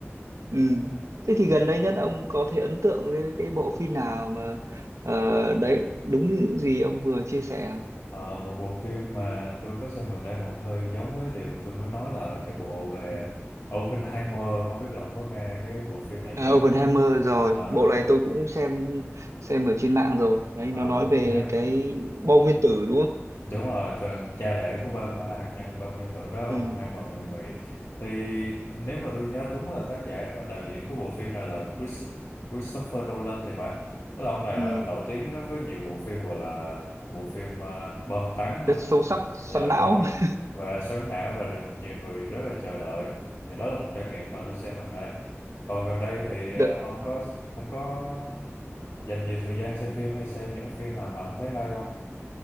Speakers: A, on the right (about 85°); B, on the left (about 70°).
A: Ừ. Thế thì gần đây nhất ông có thể ấn tượng với cái bộ phim nào mà ờ, đấy đúng như gì ông vừa chia sẻ không?
B: Ờ, một bộ phim mà tôi có xem gần đây mà hơi giống với điều tôi mới nói là cái bộ về Oppenheimer không biết là ông có nghe cái bộ phim này
A: À,
B: chưa
A: Oppenheimer rồi,
B: Ờ,
A: bộ này tôi cũng xem xem ở trên mạng rồi. Đấy
B: ờ,
A: nó nói về
B: nếu
A: cái bom nguyên tử đúng không?
B: đúng rồi tờ- cha đẻ của bom hạt nhân bom nguyên tử đó
A: Ừ,
B: Oppenheimer người Mỹ thì nếu mà tôi nhớ đúng là tác giả ờ, đạo diễn của bộ phim này là Chris, Christopher Nolan thì phải tức là ông này
A: ừ.
B: là nổi tiếng rất với nhiều bộ phim gọi là bộ phim ờ, bom tấn
A: Rất sâu sắc, xoắn
B: Dạ đúng
A: não.
B: rồi
A: <laughs>
B: và xoắn não và được nhiều người rất là chờ đợi thì đó là một trải nghiệm mà tôi xem gần đây còn gần đây thì ờ,
A: Đợ,
B: ông có ông có dành nhiều thời gian xem phim hay xem những phim nào mà ông thấy hay không